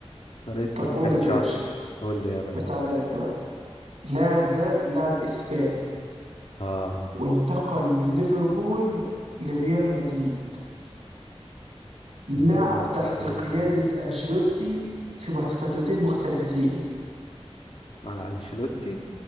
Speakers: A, on the left; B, on the right.
A: طريقة
B: طب
A: تسريحة
B: بقول لك
A: شعره
B: يا باشا
A: قول لي يا ريس
B: طب تعالى لي انت بقى اللاعب ده لاعب اسباني
A: اه
B: وانتقل من ليفربول لريال مدريد لعب
A: ليفربول
B: تحت قيادة
A: ريال مدريد
B: أنشيلوتي في فترتين مختلفتين
A: مع انشيلوتي